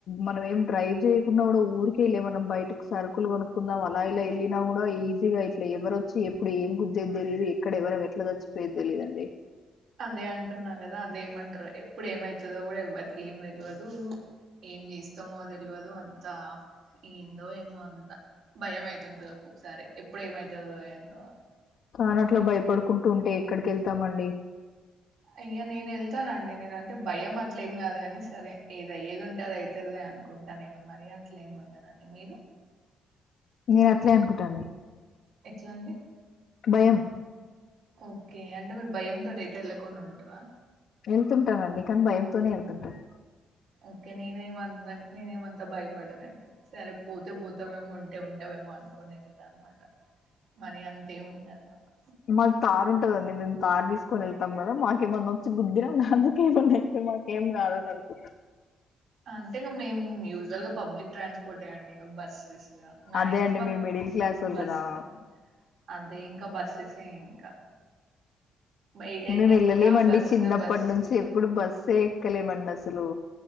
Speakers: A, on the left; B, on the right.
A: మనం ఏం డ్రైవ్ చేయకున్నా కూడా ఊరిక వెళ్లే మనం బయటకి సరుకులు కొనుక్కుందాం అలా ఇలా వెళ్ళిన కూడా ఈజీగా ఇట్లా ఎవరొచ్చి ఎప్పుడు ఏం గుద్దేదిో తెలియదు. ఎక్కడ ఎవరం ఎట్లా చచ్చిపోయేద్ది తెలీదు అండి.
B: అదే అంటున్నా కదా అదే ఏమంటరు ఎప్పుడు ఏమయితదో కూడా ఎవ్వరికి ఏం తెల్వదు. ఏమి ఇస్తమో తెల్వదు అంతా ఏందో ఏమో అంత భయం అయితుంటది. ఒక్కొక్కసారి ఎప్పుడు ఏమయితదో ఏందో
A: తాన అట్లా భయపడుకుంటూ ఉంటే ఎక్కడికి వెళ్తామండి.
B: అయ్యా నేను వెళ్తానండి నేనంటే భయం అ అట్లేం కాదు కాని సరే ఏదియ్యేది ఉంటే అది అయితదిలే అనుకుంటా నేను. మరీ అట్లేం ఉండనండి మీరు.
A: నేను అట్లే అనుకుంటాండి
B: ఎట్లా అండి
A: భయం
B: ఓకే అంటే మీరు భయంతో ఎటేళ్ళకుండా ఉంటారా
A: వెళ్తుంటానండి కానీ భయంతోనే వెళ్తుంటాను.
B: ఓకే నేనే మంత నేనేమంతా భయపడనండి సరే పోతే పోతామేము ఉంటే ఉంటాం మో అనుకోని వెళ్తా అన్నమాట మరి అంతే ఉండదు నాకు
A: మాకు తారు ఉంటదండి. మేము కారు తీసుకొని వెళ్తాం. కదా మాకేమన్నా వచ్చి గుద్దిర అందుకేమ మాక ఏం కాదన్ అనుకుంటా
B: అంతే ఇక మేము యూజువల్ గా పబ్లిక్ ట్రాన్స్పోర్ట్ అండి ఇక బస్సెస్ మాక్సిమం
A: అదే అండి మీరు మిడిల్ క్లాస్ వాళ్ళు
B: బస్సెస్
A: కదా
B: అదే ఇంకా బస్సెసే ఇంకా ఎ- ఎటు
A: మేము
B: వెళ్ళినా
A: వెళ్ళలేమండి
B: బస్సు
A: చిన్నప్పటి
B: బస్సు
A: నుంచి ఎప్పుడు బస్సు ఎక్కలేమండి అసలు